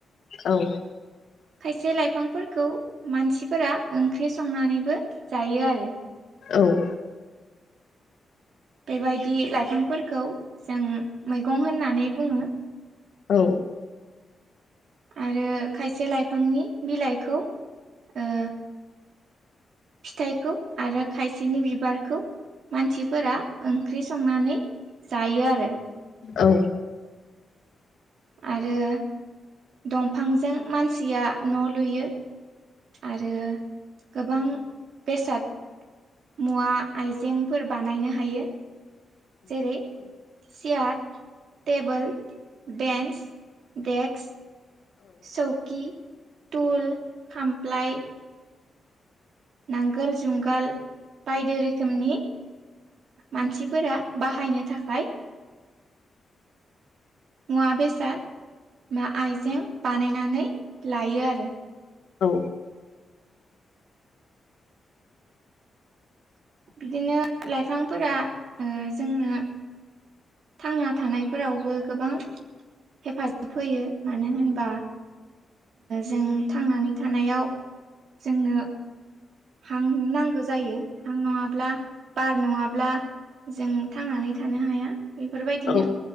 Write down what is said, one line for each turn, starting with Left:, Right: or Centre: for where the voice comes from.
Left: औ
Right: खायसे लाइफांफोरखौ मानसिफोरा ओंख्रि संनानैबो जायो आरो
Left: औ
Right: बेबायदि लाइफांफोरखौ जों मैगं होननानै बुङो
Left: औ
Right: आरो खायसे लाइफांनि बिलाइखौ ओ फिथाइखौ आरो खायसेनि बिबारखौ मानसिफोरा ओंख्रि संनानै जायो आरो
Left: औ
Right: आरो दंफांजों मानसिया न' लुयो आरो गोबां बेसाद मुवा आइजेंफोर बानायनो हायो जेरै सियार टेबोल बेन्स डेक्स सौकि तुल खामफ्लाय नांगोल जुंगाल बायदि रोखोमनि मानसिफोरा बाहायनो थाखाय मुवा बेसाद बा आइजें बानायनानै लायो आरो
Left: औ
Right: बिदिनो लाइफांफोरा जोंनो थांना थानायफोरावबो गोबां हेफाजाब होयो मानो होनबा जों थांनानै थानायाव जोंनो हां नांगौ जायो हां नङाब्ला बार नङाब्ला ब्ला जों थांनानै थानो हाया बेफोरबायदिनो
Left: औ